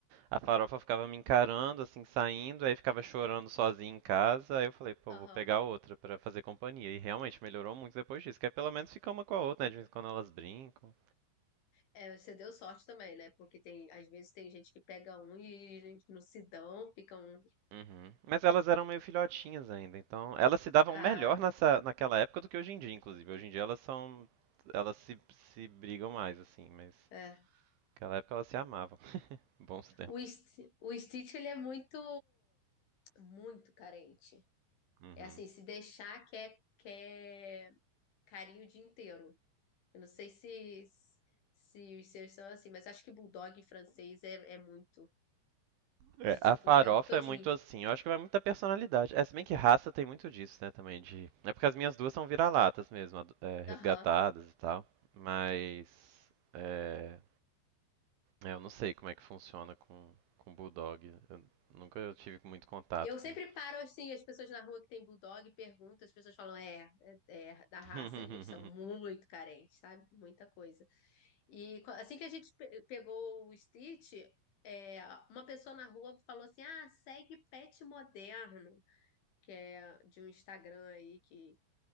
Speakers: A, on the right; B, on the left.
A: a farofa ficava me encarando, assim, saindo, aí ficava chorando sozinha em casa. Aí eu falei, pô,
B: Aham.
A: vou pegar outra pra fazer companhia. E realmente melhorou muito depois disso, que aí pelo menos fica uma com a outra, né? De vez em quando elas brincam.
B: É, você deu sorte também, né? Porque tem, às vezes tem gente que pega um e gente não se dão, ficam.
A: Uhum. Mas elas eram meio filhotinhas ainda, então elas se davam
B: Ah,
A: melhor nessa, naquela época do que hoje em dia, inclusive. Hoje em dia elas são, elas se, se brigam mais assim, mas
B: é.
A: naquela época elas se amavam. <laughs> Bons tempos.
B: O, Sti- o Stitch, ele é muito, muito carente.
A: Uhum.
B: É assim, se deixar, quer, quer carinho o dia inteiro. Eu não sei se, se os seus são assim, mas acho que bulldog francês é, é muito.
A: É,
B: De
A: a
B: tipo,
A: farofa
B: o tempo todinho.
A: é muito assim, eu acho que vai muito da personalidade. É, se bem que raça tem muito disso, né, também de. É porque as minhas duas são vira-latas mesmo, ado- é, resgatadas
B: Aham.
A: e tal, mas é, é, eu não sei como é que funciona com com bulldog. Eu nunca tive muito contato
B: Eu
A: com
B: sempre paro assim, as pessoas na rua que tem bulldog e pergunto, as pessoas falam, é, é, é da raça,
A: <laughs>
B: eles são muito carentes, sabe? Muita coisa. E co- assim que a gente pe- pegou o Stitch, é, uma pessoa na rua falou assim: ah, segue pet moderno, que é de um Instagram aí que